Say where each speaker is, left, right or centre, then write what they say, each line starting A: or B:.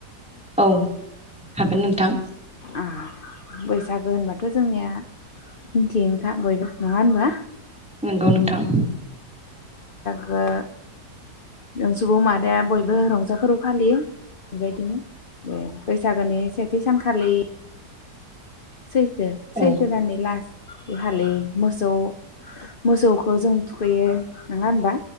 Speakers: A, in the centre; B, on the left.
A: औ हागोन नोंथां।
B: आह बैसागो होनबाथ जोंनिया मिथियोनखा बयबो नङा होनबा।
A: नंगौ नोंथां।
B: गो। जों सुबुं माहारिया बयबो रंजा फोरबो फालियो बेबायदिनो ओ बैसागोनि सेथि सानखालि। सैथो सैथो
A: औ
B: दाननि लास। बे हालि मोसौ मोसौखौ जों थुखैयो नङा होनबा।